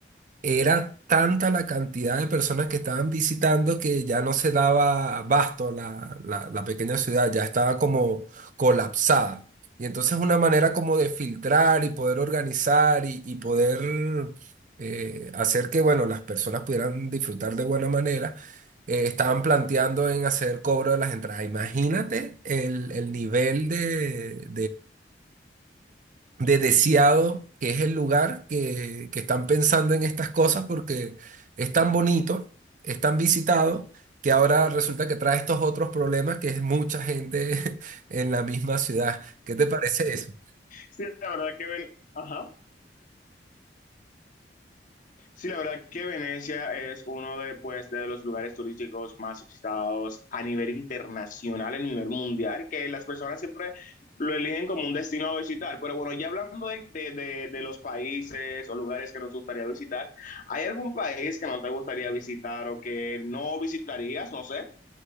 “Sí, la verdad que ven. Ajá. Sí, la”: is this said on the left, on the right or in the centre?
Left